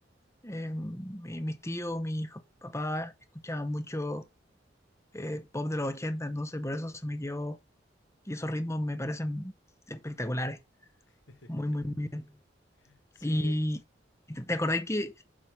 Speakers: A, on the left (about 15°); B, on the left (about 80°).
A: Eh, mi- mis tíos, mi fa- papás escuchaban mucho eh, pop de los ochenta entonces por eso se me quedó y esos ritmos me parecen espectaculares.
B: <laughs>
A: Muy, muy, muy.
B: Sí,
A: Y,
B: eh,
A: y te, te acordáis que,